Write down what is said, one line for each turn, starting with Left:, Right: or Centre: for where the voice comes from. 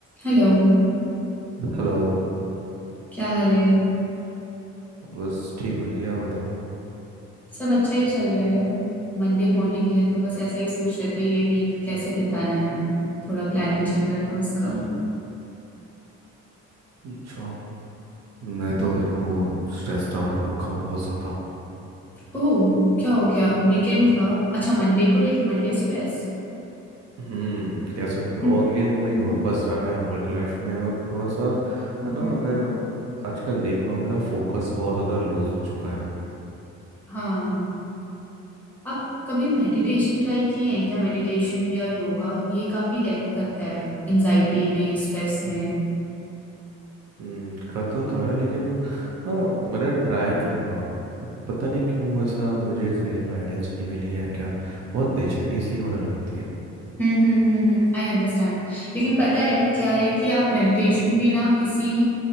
Centre: Hello
Right: Hello
Centre: क्या हाल है
Right: बस ठीक हो जी आप बताओ
Centre: सब अच्छा ही चल रहा है मंडे मॉर्निंग है तो बस ऐसा ही सोच रहे थे ये वीक कैसे बिताना है थोड़ा प्लानिंग चल रहा था उसका
Right: अच्छा मैं तो देखो स्ट्रेस्ड आउट हो रखा हूँ बहुत ज़्यादा
Centre: ओह क्या हो गया वीकेंड था अच्छा मंडे को लेके मंडे स्ट्रेस
Right: हम्म कह सकते हो
Centre: हम्म
Right: अगेन वही वापस जाना है वर्क लाइफ में और थोड़ा सा
Centre: <laughs>
Right: है ना मैं आजकल देख रहा हूँ मेरा फोकस बहुत ज़्यादा लूज हो चुका है
Centre: हाँ आप कभी मेडिटेशन ट्राई किए हैं क्या मेडिटेशन या योगा ये काफी हेल्प करता है एंजाइटी में स्ट्रेस में
Right: हम्म करता तो है लेकिन ना मैंने ट्राई करा बट पता नहीं क्यों ऐसा मुझे सही गाइडेंस नहीं मिली है क्या बहुत बेचैनी सी होने लगती है
Centre: हम्म हम्म हम्म आई अंडरस्टैंड लेकिन पता है क्या है कि आप मेडिटेशन भी ना किसी